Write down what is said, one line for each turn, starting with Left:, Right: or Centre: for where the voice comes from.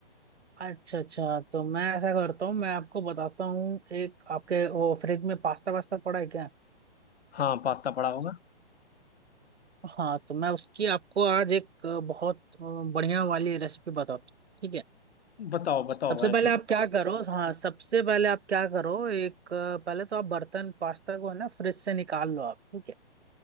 Right: अच्छा अच्छा तो मैं ऐसा करता हूँ मैं आपको बताता हूँ एक आपके वो फ्रिज में पास्ता वास्ता पड़ा है क्या
Left: हाँ पास्ता पड़ा होगा
Right: हाँ तो मैं उसकी आपको आज एक अ, बहुत अ, बढ़िया वाली रेसिपी बताता हूँ ठीक है
Left: बताओ बताओ
Right: सबसे
Left: भाई
Right: पहले
Left: फिर
Right: आप क्या करो हाँ सबसे पहले आप क्या करो एक अ, पहले तो आप बर्तन पास्ता को है ना फ्रिज से निकाल लो आप ठीक है